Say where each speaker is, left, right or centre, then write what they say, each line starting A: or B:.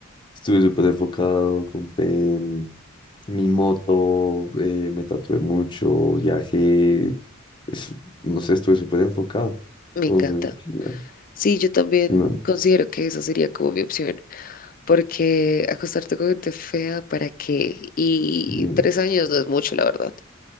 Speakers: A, on the left (about 25°); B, on the left (about 45°).
A: estuve súper enfocado, compré mm, mi moto, eh, me tatué mucho, viajé, es- no sé, estuve súper enfocado.
B: Me
A: Entonces,
B: encanta.
A: no,
B: Sí, yo también
A: no,
B: considero que esa sería como mi opción, porque acostarte con gente fea, ¿para qué? Y
A: no.
B: tres años no es mucho, la verdad.